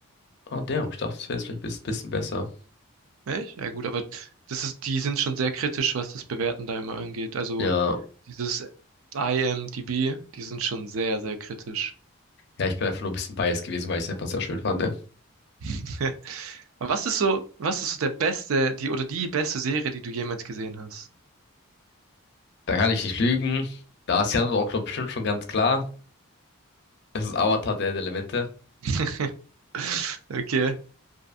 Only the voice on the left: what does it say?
ah, der, ich dachte, es wäre vielleicht ein bisschen besser.
Ja,
ja, ich bin einfach nur ein bisschen biased gewesen, weil ich es einfach sehr schön fand. Ne?
Da kann ich nicht lügen. Da ist Jan auch, glaube bestimmt schon ganz klar. Es ist Avatar der Elemente.